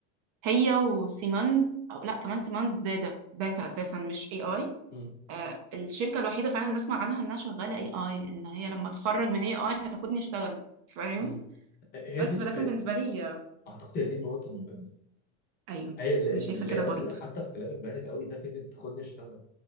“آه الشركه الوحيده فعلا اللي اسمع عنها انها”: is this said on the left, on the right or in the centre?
Right